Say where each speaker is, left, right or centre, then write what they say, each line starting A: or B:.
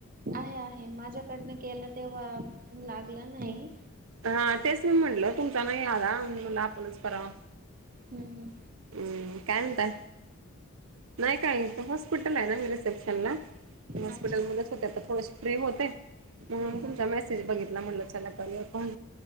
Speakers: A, on the right; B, on the right.
A: आहे आहे माझ्याकडनं केलं तेव्हा लागलं नाही.
B: हा तेच मी म्हटल तुमचा नाही म आता म्हणला आपणच करावा.
A: हम्म हम्म.
B: हम्म काय म्हणताय नाही काही इथ हॉस्पिटल आहे ना मी रिसेप्शनला ' मी हॉस्पिटलमध्येच
A: अच्छा
B: होते आता थोडेसे फ्री होते म्हणून
A: हा
B: तुमचा
A: हा
B: मॅसेज बघितला म्हणलं चला करूया फोन.